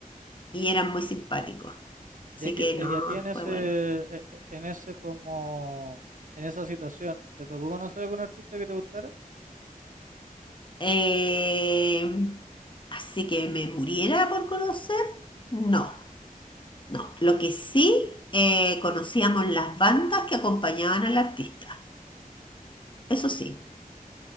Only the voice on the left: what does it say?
y eran muy simpáticos. Así
que no,
fue buena.
Eh, así que me muriera por conocer, no, no. Lo que sí, eh, conocíamos las bandas que acompañaban al artista. Eso sí.